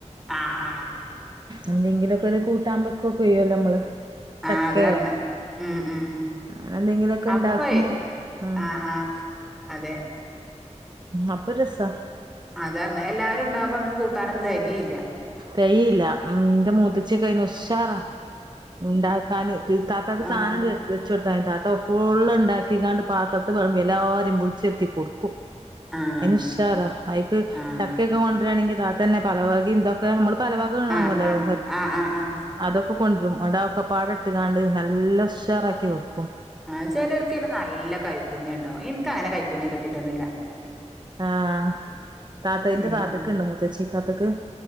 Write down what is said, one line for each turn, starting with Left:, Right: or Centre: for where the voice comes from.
Centre: ആഹ
Right: എന്തെങ്കിലൊക്കൊര് കൂട്ടാം വെക്കോക്കെയ്യല്ലോ മ്മള് ചക്കേ
Centre: ആഹ് അതാർഞ്ഞെ ഉം ഉം
Right: അങ്ങനെ എന്തെങ്കിലൊക്കെ
Centre: അപ്പേ
Right: ണ്ടാക്കുമ്പോ മ്ഹ്.
Centre: ആഹ് ആഹ് അതെ
Right: അപ്പൊ രസാ
Centre: അതാർഞ്ഞെ എല്ലാരും ണ്ടാവ്മ്പോ മ്ക്ക് കൂട്ടാനൊന്നും തെകേയ്ല്ലാ.
Right: തെകേയ്ല്ല മ്ഹ് ന്റെ മൂത്തച്ചീക്കെയ്ന് ഉശാറാ. ണ്ടാക്കാന് താത്താക്ക് സാനണ്ട്
Centre: ആഹ്
Right: വെച്- വെച്ചൊട്ക്കാന് താത്ത ഫുള്ള്ണ്ടാക്കിയാണ്ട് പാത്രത്ത് വെള്മ്പി എല്ലാരേം ബൂള്ച്ചര്ത്തി കൊടുക്കും.
Centre: ആഹ്
Right: അയ്ന് ഉഷാറാ, അയ്ക്ക്
Centre: ആഹ്
Right: ചക്കക്കെ കൊണ്ട്രാണെങ്കി താത്തന്നെ പലവകേം ന്തൊക്കെ നമ്മള് പലവക്- <unintelligible>
Centre: ആഹ് ആഹ് ആഹ് ആഹ് ആഹ്
Right: അതൊക്കെ കൊന്ദ്രും അവ്ക്കപാടെ ഇട്ട് കാണ്ട് നല്ല ഉശ്ശറാക്കി വെക്കും.
Centre: ആ ചിലർക്കയ്ന്നെ നല്ല കൈപ്പുണ്യ ണ്ടാവും. ഇൻക്കങ്ങനെ കൈപ്പുണ്യം കിട്ടീട്ടൊന്നുല്ല
Right: ആഹ് താത്ത
Centre: ഉം
Right: ന്റെതാത്തക്ക്ണ്ട് മുത്തച്ചീതാത്തക്ക്